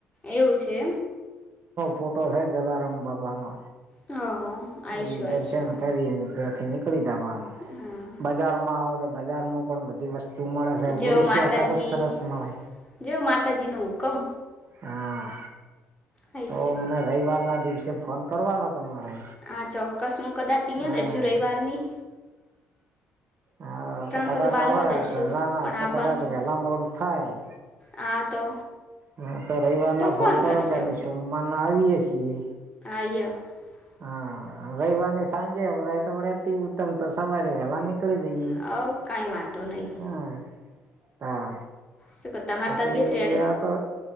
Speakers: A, on the left (about 20°); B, on the right (about 45°).
A: એવું છે.
B: ફોટોસ હે જલાર બાપનો.
A: હા. આવીશું
B: એ
A: આવીશું
B: દર્શન કરી ત્યાંથી નીક જવાનું
A: હા
B: બજારમાં આવો તો બજારમાં પણ બધી વસ્તુ મળે છે
A: જો
B: ઓરસિયા
A: માતાજી
B: સરસ સરસ મળે
A: જોવ માતાજી નો હુકમ
B: હા
A: આઈશું
B: તો મને રવિવારના દિવસે ફોન કરવાનો તમારે.
A: હા ચોક્કસ હું કદાચ અહીંયા
B: હા
A: જ રહેશું રવિવાર ની
B: હા તો કદાક
A: ક બાલવા
B: આવર
A: દસ્યું
B: તો ના ના
A: પણ
B: તો
A: આવવાનું
B: કદાક વેલા મોડ થાય.
A: હા તો
B: હા તો રવિવારના
A: તો
B: ફોન કરો
A: કરશો
B: ને કે અમે સોમવારના આવીએ છીએ.
A: <unintelligible>
B: હા રવિવાર ની સાંજે અમરાય તો વડેતી ઉત્તમ તો સવારે વેલા ની <unintelligible>
A: હવ કાંઈ વાંધો નહીં
B: હા પા
A: શું કે તમારી
B: પછી
A: તબિયત રેડી
B: આ તો